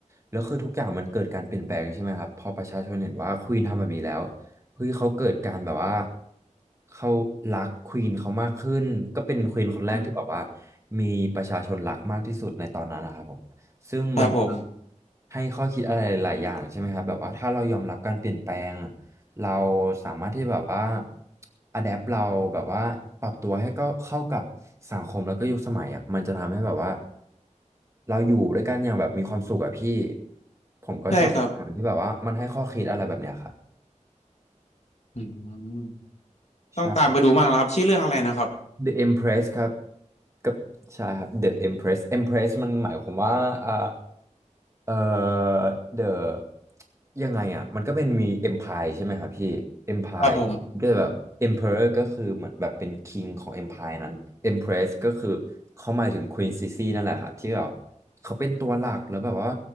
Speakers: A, on the right; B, on the left.
A: แล้วคือทุกอย่างมันเกิดการเปลี่ยนแปลงใช่ไหมครับพอประชาชนเห็นว่าควีนทำแบบนี้แล้วเฮ้ยเขาเกิดการแบบว่าเขารักควีนเขามากขึ้นก็เป็นควีนคนแรกที่แบบว่า
B: อืม
A: มีประชาชนรักมากที่สุดในตอนนั้นนะครับผม ซึ่งมันก็
B: ครับผม
A: ให้ข้อคิดอะไรหลายๆอย่างใช่ไหมครับแบบว่าถ้าเรายอมรับการเปลี่ยนแปลงเราสามารถที่แบบว่าอะแดปเราแบบว่าปรับตัวให้ก็เข้ากับสังคมแล้วก็ยุคสมัยอ่ะมันจะทำให้แบบว่าเราอยู่ด้วยกันอย่างแบบมีความสุขอะพี่ผมก็ชอบหนังที่แบบว่ามันให้ข้อคิดอะไรแบบเนี้ยครับ
B: ใช่ครับ อืมต้องตามไปดูมากแล้วครับชื่อเรื่องอะไรนะครับ
A: ใช่ The Empress ครับกับใช่ครับ The Empress Empress มันหมายความว่าอ่าเอ่อ The ยังไงอ่ะมันก็เป็นมี Empire ใช่ไหมครับพี่ Empire
B: ครับผม
A: ก็แบบ Emperor ก็คือเหมือนแบบเป็น King ของ Empire นั้น Empress ก็คือเขาหมายถึง Queen Sisi นั่นแหละครับที่แบบเขาเป็นตัวหลักแล้วแบบว่า